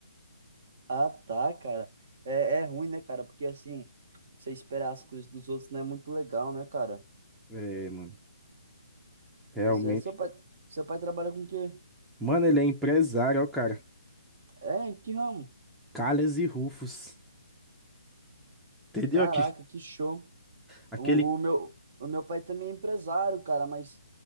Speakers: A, on the right; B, in the centre.
A: Ah, tá, cara. É, é ruim, né, cara? Porque assim, você esperar as coisas dos outros não é muito legal, né, cara?
B: É, mano. Realmente.
A: Pois é, seu pai, seu pai trabalha com o quê?
B: Mano, ele é empresário, ó, cara.
A: É, em que ramo?
B: Calhas e Rufos. Entendeu?
A: Caraca,
B: Aqui,
A: que show.
B: aquele.
A: O, o meu, o meu pai também é empresário, cara, mas